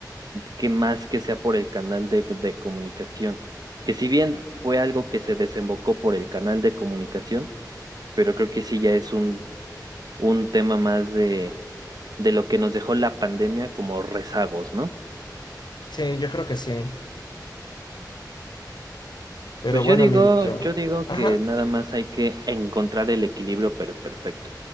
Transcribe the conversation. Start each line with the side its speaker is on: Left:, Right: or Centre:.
Right: que más que sea por el canal de, de comunicación. Que si bien fue algo que se desembocó por el canal de comunicación, pero creo que sí ya es un, un tema más de de lo que nos dejó la pandemia como rezagos, ¿no?
Left: Sí, yo creo que sí. Pero
Right: Pues
Left: bueno,
Right: yo digo,
Left: amiguito.
Right: yo digo
Left: Ajá.
Right: que nada más hay que encontrar el equilibrio per- perfecto.